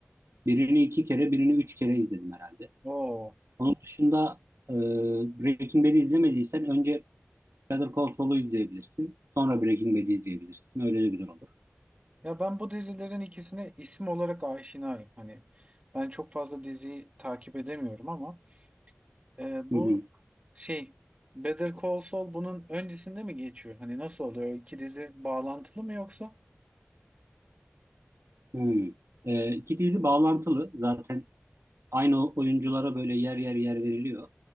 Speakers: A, on the right; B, on the right.
A: Birini iki kere, birini üç kere izledim herhalde.
B: o.
A: Onun dışında e, Breaking Bad'i izlemediysen önce Better Call Saul'u izleyebilirsin. Sonra Breaking Bad'i izleyebilirsin. Öyle de güzel olur.
B: Ya ben bu dizilerin ikisine isim olarak aşinayım. Hani ben çok fazla diziyi takip edemiyorum ama e, bu
A: Hı hı.
B: şey Better Call Saul bunun öncesinde mi geçiyor? Hani nasıl oluyor? O İki dizi bağlantılı mı yoksa?
A: Hı. E, iki dizi bağlantılı. Zaten aynı oyunculara böyle yer yer yer veriliyor.